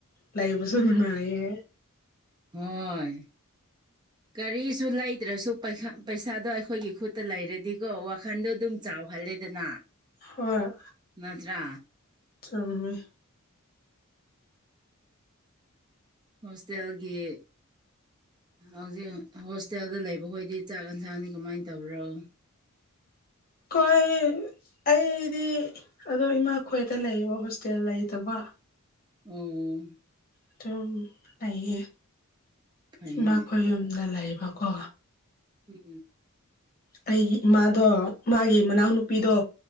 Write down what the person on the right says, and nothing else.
ꯍꯣꯏ ꯀꯒꯥꯔꯤꯁꯨ ꯂꯩꯗ꯭ꯔꯁꯨ ꯄꯩꯁꯥꯗꯣ ꯑꯩꯈꯣꯏꯒꯤ ꯈꯨꯠꯇ ꯂꯩꯔꯗꯤ ꯀꯣ ꯋꯥꯈꯟꯗꯣ ꯑꯗꯨꯝ ꯆꯥꯎꯍꯜꯂꯦꯗꯅ
ꯅꯠꯇ꯭ꯔ
ꯍꯣꯁꯇꯦꯜꯒꯤ ꯍꯧꯖꯤꯛ ꯍꯣꯁꯇꯦꯜꯗ ꯂꯩꯕꯈꯣꯏꯗꯤ ꯆꯥꯛ ꯌꯦꯟꯁꯥꯡꯗꯤ ꯀꯃꯥꯏꯅ ꯇꯧꯕꯔꯣ
ꯎꯝ
ꯐꯩꯅꯦ
ꯎꯝ